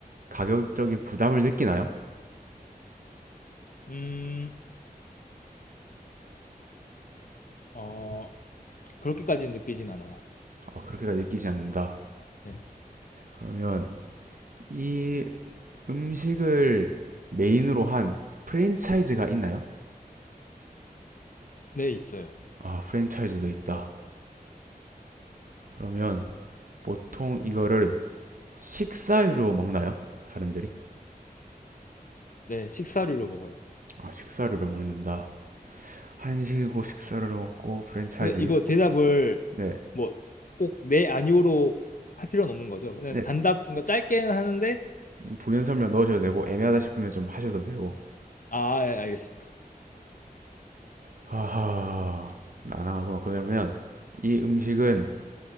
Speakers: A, on the right; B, on the left.
A: 가격적인 부담을 느끼나요?
B: 음, 어, 그렇게까지는 느끼진 않아요.
A: 어, 그렇게까지 느끼지 않는다.
B: 네,
A: 그러면 이 음식을 메인으로 한 프랜차이즈가 있나요?
B: 네, 있어요.
A: 아, 프랜차이즈도 있다. 그러면 보통 이거를 식사류로 먹나요? 사람들이?
B: 네, 식사류로 먹어요.
A: 아, 식사류로 먹는다. 한식이고 식사류로 먹고 프랜차이즈
B: 근데 이거
A: 있고.
B: 대답을
A: 네,
B: 뭐 꼭 네, 아니오로 할 필요는 없는 거죠. 그냥
A: 네.
B: 단답, 그러니까 짧게는 하는데,
A: 부연 설명 넣으셔도 되고 애매하다 싶으면 좀 하셔도 되고.
B: 아, 예, 알겠습니다.
A: 하하, 난항하구만. 그러면 이 음식은